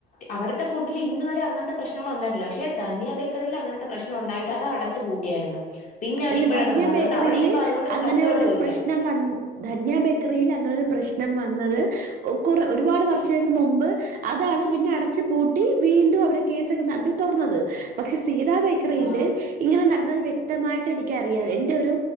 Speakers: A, on the left (about 50°); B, on the right (about 55°).
A: അവിടുത്തെ ഫുഡിൽ ഇന്ന് വരെ അങ്ങത്തെ പ്രശ്നങ്ങൾ വന്നിട്ടില്ല പക്ഷെ ധന്യ ബേക്കറിൽ അങ്ങനത്തെ പ്രശ്നം ഉണ്ടായിട്ട് അത് അടച്ചു പൂട്ടിയായിരുന്നു പിന്നെ അവർ
B: അല്ല
A: ഇപ്പോഴാ
B: ധന്യ
A: തുറന്നത്
B: ബേക്കറിയില്
A: അതുകൊണ്ട് അവിടെ ഇപ്പൊ അതുകൊണ്ട് ഇപ്പൊ
B: അങ്ങനെ
A: കച്ചവടവും
B: ഒരു
A: ഇല്ല
B: പ്രശ്നം വന്ന് ധന്യാ ബേക്കറിയിൽ അങ്ങനെ ഒരു പ്രശ്നം വന്നത് കുറ ഒരുപാട് വർഷങ്ങൾക്ക് മുമ്പ് അതാണ് പിന്നെ അടച്ചു പൂട്ടി വീണ്ടും അവർ കേസൊക്കെ നടത്തി തുറന്നത് പക്ഷെ സീതാ
A: ആ
B: <unintelligible> ഇങ്ങനെ നടന്നത്വ്യക്തമായിട്ട് എനിക്കറിയാ എന്റെ ഒരു